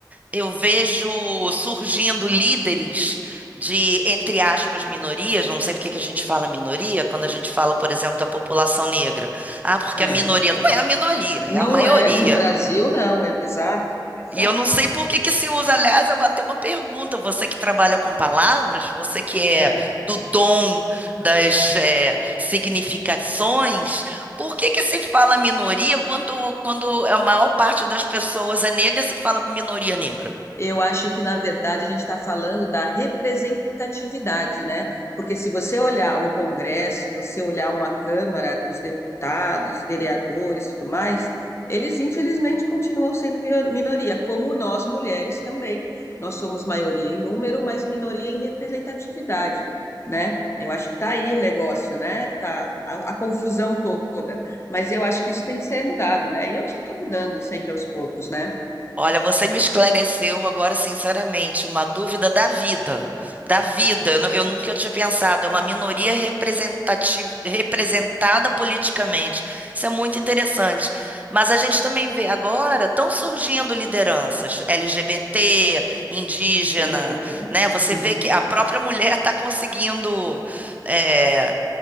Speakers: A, on the right; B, on the left.
A: eu vejo surgindo líderes de, entre aspas, minorias, não sei por que que a gente fala minoria, quando a gente fala, por exemplo, da população negra. Ah, porque
B: É.
A: a minoria não é a minoria,
B: Não
A: é a maioria.
B: é, no Brasil não, é exato, exato.
A: E eu não sei por que que se usa. Aliás, eu bati uma pergunta. Você que trabalha com palavras, você que é
B: É.
A: do dom das eh, significações, por que que se fala minoria quando, quando a maior parte das pessoas é negra, se fala minoria negra?
B: Eu acho que, na verdade, a gente está falando da representatividade, né? Porque se você olhar um congresso, você olhar uma Câmara dos deputados, vereadores, tudo mais, eles infelizmente continuam sendo mio- minoria, como nós mulheres também. Nós somos maioria em número, mas minoria em representatividade, né? Eu acho que está aí o negócio, né? Que Tá a, a confusão toda. Mas eu acho que isso tem que ser mudado, né? E eu acho que está mudando sempre aos poucos, né?
A: Olha, você me esclareceu agora, sinceramente, uma dúvida da vida. Da vida, eu, nu- eu nunca tinha pensado. É uma minoria representati- representada politicamente. Isso é muito interessante. Mas a gente também vê agora, estão surgindo lideranças LGBT, indígena,
B: Sem dúvida.
A: né? Você
B: Uhum.
A: vê que a própria mulher está conseguindo. eh,